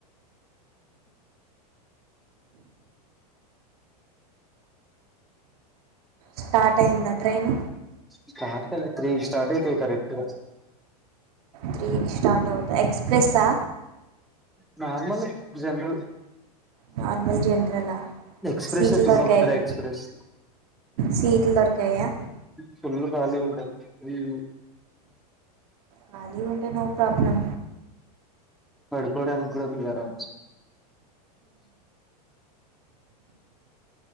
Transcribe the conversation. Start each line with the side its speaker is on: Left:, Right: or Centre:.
Right: స్టార్ట్ అయ్యిందా ట్రైన్
Centre: స్టార్ట్ కాలే త్రి కి స్టార్ట్ అయితది కరెక్ట్ గా
Right: త్రీకి స్టార్ట్ అవుతదా ఎక్స్ప్రెస్సా
Centre: నార్మలే జనరల్
Right: నార్మల్ జనరలా
Centre: ఎక్స్ప్రెస్
Right: సీట్లు
Centre: తుంగభద్ర
Right: దొరకాయా
Centre: ఎక్స్ప్రెస్
Right: సీట్లు దొరకాయా
Centre: ఫుల్ ఖాళీ ఉంటది ఉ
Right: ఖాళీ ఉంటే నో ప్రాబ్లం
Centre: పడుకోవడానికి కూడా ఉంది కదా